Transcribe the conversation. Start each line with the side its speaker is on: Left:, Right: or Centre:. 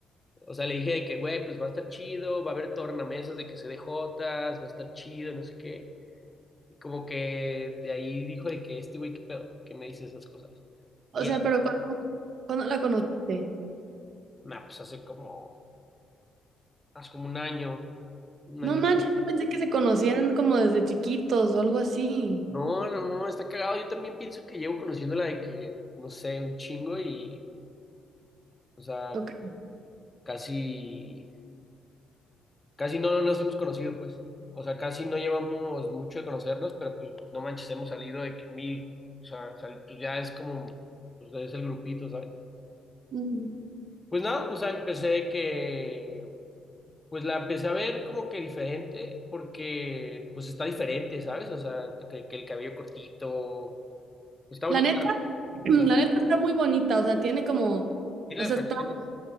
Left: O sea, le dije de que, güey, pues va a estar chido, va a haber tornamesas de que se dé jotas, va a estar chido, no sé qué. Y como que de ahí dijo de que este güey, ¿qué pedo? ¿Por qué me dice esas cosas?
Right: O
Left: Y ya,
Right: sea, pero ¿cuándo, cuándo la conociste?
Left: nah, pues hace como, hace como un año, un
Right: No
Left: año.
Right: manches, yo pensé que se conocían como desde chiquitos o algo así.
Left: No, no, no, está cagado. Yo también pienso que llevo conociéndola de que, no sé, un chingo y, o sea,
Right: Ok.
Left: casi. Casi no nos hemos conocido, pues. O sea, casi no llevamos mucho de conocernos, pero pues no manches, hemos salido de que mil. O sea, sal- pues, ya es como, pues es el grupito, ¿sabes?
Right: Mm.
Left: Pues nada, o sea, empecé que, pues la empecé a ver como que diferente, porque pues está diferente, ¿sabes? O sea, que, que el cabello cortito, pues está
Right: La
Left: bonita.
Right: neta, <clears throat>
Left: O
Right: la
Left: sea,
Right: neta está muy bonita. O sea, tiene como,
Left: sí las
Right: o sea,
Left: facciones.
Right: está